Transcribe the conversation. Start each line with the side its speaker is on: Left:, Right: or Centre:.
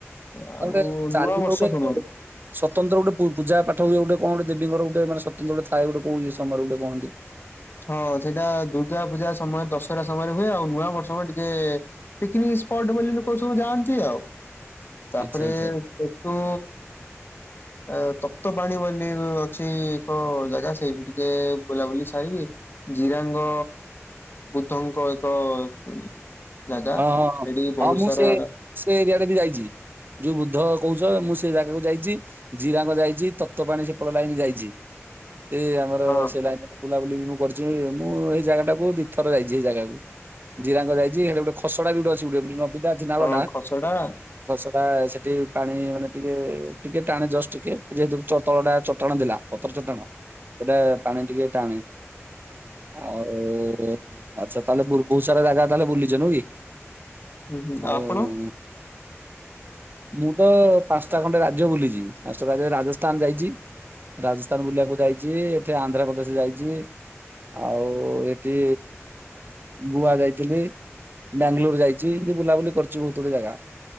Left: ଆଉ
Right: ତାପରେ ତାରିଣୀଙ୍କର
Left: ନୂଆ ବର୍ଷ
Right: ଗୋଟେ
Left: ସମୟରେ।
Right: ସ୍ୱତନ୍ତ୍ର ଗୋଟେ ପୂଜା ପାଠ ହୁଏ ଗୋଟ କଣ ଦେବୀଙ୍କର ଗୋଟେ ମାନେ ସ୍ୱତନ୍ତ୍ର ଥାଏ ଗୋଟେ କଉ ଏ ସମୟ ଗୋଟେ କୁହନ୍ତି।
Left: ହଁ ସେଇଟା ଦୁର୍ଗା ପୂଜା ସମୟ ଦଶରା ସମୟରେ ହୁଏ ଆଉ ନୂଆ ବର୍ଷ ସମୟ ଟିକେ ପିକନିକ ସ୍ପଟ ବୋଲି ଲୋକ ସବୁ ଯାଆନ୍ତି ଆଉ ତାପରେ
Right: ଆଚ୍ଛା ଆଚ୍ଛା।
Left: ଉ ଏ ତପ୍ତ ପାଣି ବୋଲି ଅଛି ଏକ ଜାଗା ସେଇଠି ଟିକେ ବୁଲାବୁଲି ସାରିକି ଜିରାଙ୍ଗ ବୁଦ୍ଦଙ୍କ ଏକ ହୁଁ, ଜାଗା
Right: ହଁ ହଁ ହଁ
Left: ଏଠି ବହୁତ
Right: ହଁ ମୁଁ
Left: ସାରା,
Right: ସେ ସେ ଏରିଆ ଟରେ ବି ଯାଇଛି ଯୋଉ ବୃଦ୍ଧ କହୁଛ ମୁଁ ସେ ଜାଗାକୁ ଯାଇଛି, ଜିରାଙ୍ଗ ଯାଇଛି ତତ୍ତ ପାଣି ସେପଟ ଲାଇନ ଯାଇଛି ଟେ ଆମର
Left: ହଁ
Right: ସେ ଲାଇନ୍ ରେ, ବୁଲାବୁଲି ବି ମୁଁ କରିଛି ମୁଁ ସେଇ ଜାଗା ଟାକୁ ଦିଇ ଥର ଯାଇଛି ଏ ଜାଗାକୁ ଜିରାଙ୍ଗ ଯାଇଛି ହେଟ ଗୋଟେ, ଖସଡ଼ା ବିଡୁ ଅଛି ଗୋଟେ ନବିଦା ନାଳ
Left: ହଁ
Right: ଟା,
Left: ଖସଡା
Right: ଫସ ଟା ସେଠି ପାଣି ମାନେ ଟିକେ ଟିକେ ଟାଣେ ଜଷ୍ଟ ଟିକେ ଯେହେତ ତଳ ଟା ଚଟାଣ ଥିଲା, ପଥର ଚଟାଣ ସେଟା ପାଣି ଟିକେ ଟାଣେ, ଆଉ ଆଚ୍ଛା ତାହେଲେ ବ ବହୁତ ସାରା ଜାଗା ତାହେଲେ ବୁଲିଛ ନୁହ କି,
Left: ହୁଁ ହୁଁ
Right: ଆଉ,
Left: ଆପଣ
Right: ମୁଁ ତ ପାଞ୍ଚଟା ଖଣ୍ଡେ ରାଜ୍ୟ ବୁଲିଛି ପାଞ୍ଚଟା ରାଜ୍ୟ ରାଜସ୍ଥାନ ଯାଇଛି, ରାଜସ୍ଥାନ ବୁଲିବାକୁ ଯାଇଛି ଏଠି ଆନ୍ଧ୍ରପ୍ରଦେଶ ଯାଇଛି, ଆଉ ଏଠି ବୁଆ ଯାଇଥିଲି, ବାଙ୍ଗାଲୋର ଯାଇଛି ଏ ବୁଲାବୁଲି କରିଛି ବହୁତ ଗୁଡେ଼ ଜାଗା